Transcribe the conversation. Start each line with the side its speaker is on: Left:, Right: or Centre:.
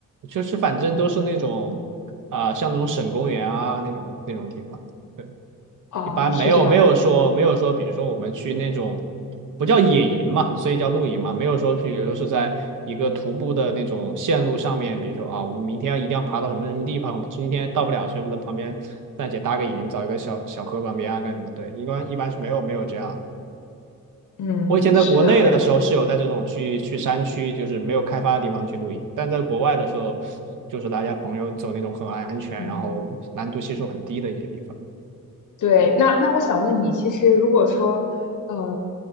Right: 就是反正都是那种啊、像那种省公园啊那种那种地方，对，
Left: 哦，
Right: 一般没有没有说没有说，
Left: 是这样，
Right: 比如说我们去那种不叫野营嘛，所以叫露营嘛，没有说比如说是在一个徒步的那种线路上面，比如说啊，我们明天要一定要爬到什么什么地方，我今天到不了，所以我们在旁边暂且搭个营，找一个小小河旁边啊干什么？对，一般一般是没有没有这样的。
Left: 嗯，
Right: 我以前在国内的时候是有在这种去去山区，
Left: 是的，
Right: 就是没有开发的地方去露营，但在国外的时候，就是大家朋友走那种很安全，
Left: 嗯。
Right: 然后难度系数很低的一些地方。
Left: 对，那那我想问你，其实如果说，呃，